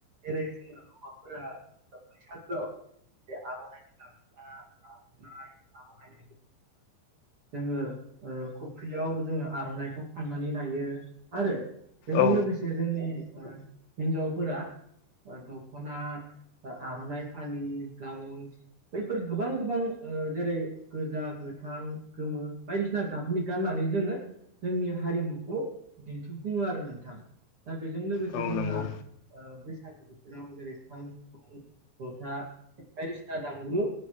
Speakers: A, on the right (about 40°); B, on the left (about 80°).
A: जेरै जोङो हौवाफोरा बैसागोआव बे आर'नाय लाबा आर'नाय आर'नायनि जोङो ओ खफ्रियाव जोङो आर'नाइखौ फाननानै नाय थायो आरो बेजों
B: औ
A: लोगोसे जोंनि ओ हिनजावफोरा ओ दख'ना आर'नाइ फालि ब्लाउस बैफोर गोबां गोबां ओ जेरै गोजा गोथां गोमो बायदिसिना गाबनि गाननानै जोङो जोंनि हारिमु खौ दिन्थिफुङो आरो नोंथां दा बेजों लोगोसे
B: औ
A: जोंहा
B: नंगौ
A: ओ बैसागु बोथोराव जेरै खाम जथा बायदिसिना दामग्रु